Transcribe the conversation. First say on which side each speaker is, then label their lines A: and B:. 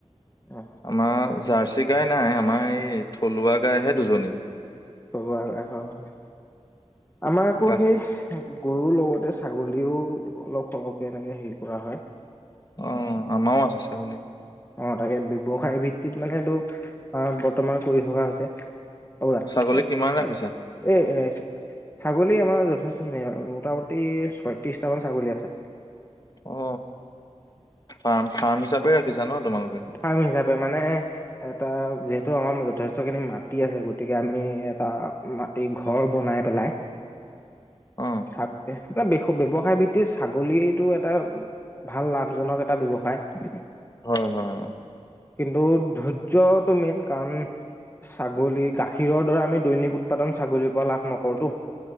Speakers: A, on the left (about 20°); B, on the left (about 35°).
A: অ
B: আমাৰ জাৰ্চি গাই নাই আমাৰ এই থলুৱা গাইহে দুজনী
A: খবৰ লব আহে আমাৰ আকৌ
B: গাখীৰ
A: সেই গৰুৰ লগতে ছাগলীও অলপ সৰহকৈ এনেকৈ হেৰি কৰা হয়
B: অ আমাৰও আছে ছাগলী
A: অ তাকে ব্যৱসায় ভিত্তিত মানে এইটো বৰ্তমান কৰি থকা হৈছে অ বৰা
B: ছাগলী
A: ক
B: কিমান ৰাখিছা
A: পা আহিছ এ এনে ছাগলী আমাৰ যথেষ্ট মোটামুটি ছয়ত্ৰিশটা মান ছাগলী আছে
B: অ ফাৰ্ম ফাৰ্ম হিচাপে ৰাখিছা ন তোমালোকে
A: ফাৰ্ম হিচাপে মানে এটা যিহেতু টো আমাৰ যথেষ্টখিনি মাটি আছে গতিকে আমি এটা মাটি ঘৰ বনাই পেলাই
B: অ
A: চাগে এ ব্য ব্যৱস সায় ভিত্তিত ছাগলীটো এটা ভাল লাভজনক এটা ব্যৱসায়
B: হয় হয়
A: কিন্তু ধৈৰ্যটো মেইন কাৰণ ছাগলী গাখীৰৰ দৰে আমি দৈনিক উৎপাদন ছাগলীৰ পৰা লাভ নকৰোতো